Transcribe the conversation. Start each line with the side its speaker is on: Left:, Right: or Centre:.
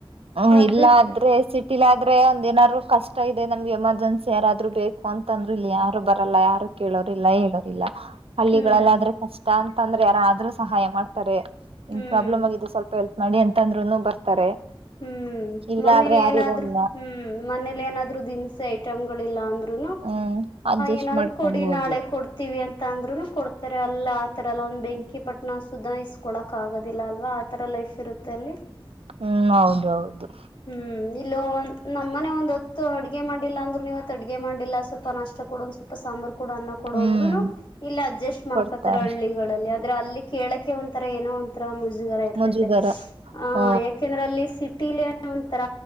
Right: ಹ್ಮ
Left: ಅದ್
Right: ಇಲ್ಲ
Left: ಬಿಟ್ರಿ
Right: ಆದ್ರೆ ಸಿಟ್ಟ ಇಲ್ಲ ಆದ್ರೆ ಒಂದ್ಏನಾದ್ರು ಕಷ್ಟ ಇದೆ ನಮ್ಗೆ ಎಮರ್ಜೆನ್ಸಿ ಯಾರಾದ್ರು ಬೇಕು ಅಂತ ಅಂದ್ರ ಇಲ್ಲಿ ಯಾರ ಬ ಲ್ಲ ಯಾರು ಕೇಳೋರ್ಲ್ಲ ಹೇಳೋರಿಿಲ್ಲಲ್ಲ ಹಳ್ಳಿಗಳಲ್ಲ
Left: ಹ್ಮ್
Right: ಆದ್ರೆ ಕಷ್ಟ ಅಂತಂದ್ರೆ ಯಾರಾದ್ರೂ ಸಹಾಯ ಮಾಡ್ತಾರೆ ಇನ್
Left: ಹ್ಮ್
Right: ಪ್ರಾಬ್ಲಮ್ ಆಗ ಸ್ವಲ್ಪ ಎಪ್ ಮಾಡಡಿ ಅಂತ ಅಂದ್ರುನು ಬರ್ತಾರೆ
Left: ಹ್ಮ್
Right: ಇಲ್ಲ
Left: ಮನೇಲಿ
Right: ಆದ್ರೆ ಯಾರಿರಲ್ಲ
Left: ಏನಾದ್ರು ಹ್ಮ್ ಮನೇಲಿ ಏನಾದ್ರು ದಿನಸ ಆಯ್ತು ಂಗಳಿಲ್ಲ ಅಂದ್ರೆ
Right: ಹ್ಮ್ ಅಡ್ಜಸ್ಟ್
Left: ಏನಾದ್ರು
Right: ಮಾಡ್ಕೊಬಹುದು
Left: ಕೊಡಿ ನಾಳೆ ಕೊಡ್ತೀವಿ ಅಂತ ಅಂದ್ರು ಕೊಡ್ತಾರೆ ಅಲ್ಲ ಆತರ ಎಲ್ಲ ಒಂದ್ ಬೆಂಕಿ ಪಟ್ಣ ಸುುದ ಇಸ್ಕೊಳಕ್ ಆಗೋದಿಲ್ಲ ಅಲ್ವಾ ಆತರ ಲೈಫ್ ಇರುತ್ತೆ ಅಲ್ಲಿ
Right: ಹ್ಮ್ ಹೌದು ಹೌದು
Left: ಹ್ಮ್ ಇಲ್ಲ್ ನಮ್ಮನೆ ಒಂದ್ ಹೊತ್ತು ಅಡ್ಗೆ ಮಾಡಿಲ್ಲ ಅಂದ್ರೂ ನೀವತ್ ಅಡ್ಗೆ ಮಾಡಿಲ್ಲ ಸ್ವಲ್ಪ ನಷ್ಟ ಕೊಡ ಒಂದ್ ಸ್ವಲ್ಪ ಸಾಂಬಾರು ಕೂಡ ಅನ್ನ ಕೊಡ
Right: ಹ್ಮ್
Left: ಅಂದ್ರುನು ಇಲ್ಲಿ ಅಡ್ಜಸ್ಟ್ ಮಾಡ್ಕೊತಾರೆ
Right: ಕೊಡ್ತಾರೆ
Left: ಹಳ್ಳಿಗಳಲ್ಲಿ ಆದ್ರೆ ಅಲ್ಲಿ ಕೇಳಕ್ಕೆೆ ಒಂಂತರ ಏನೋ ಒಂರ ಮುಜ ಇತ
Right: ಮುಜುಗರ
Left: ಆ
Right: ಹ
Left: ಯಾಕೆಂದ್ರೆ ಅಲ್ಲಿ ತಿ ಒಂಥರ